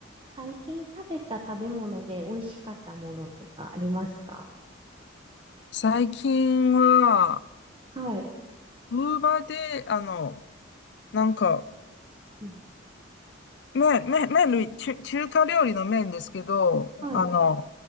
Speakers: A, on the right; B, on the left.
A: 最近食べた食べ物で美味しかったものとかありますか
B: 最近は、
A: はい。
B: ウーバーで、あの、なんか、
A: うん
B: 麺、麺、麺類、中、中華料理の麺ですけど、
A: はい。
B: あの、
A: わ